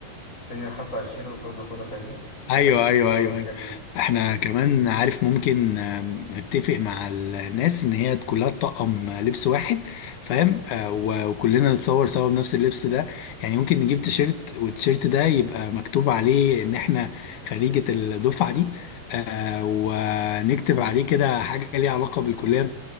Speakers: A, on the left (about 20°); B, on the left (about 65°).
A: سينيور 25 والجو ده كله فاهمني
B: ايوه
A: الناس اللي
B: ايوه
A: بتصور
B: ايوه
A: الحاجات
B: ايوه
A: دي
B: احنا كمان عارف ممكن آم، نتفق مع الناس ان هي كلها تطقم لبس واحد فاهم آه، و- وكلنا نتصور سوا بنفس اللبس ده يعني ممكن نجيب تيشيرت والتيشيرت ده يبقى مكتوب عليه ان احنا خريجة الدفعة دي آه، ونكتب عليه كده حاجة ليها علاقة بالكلية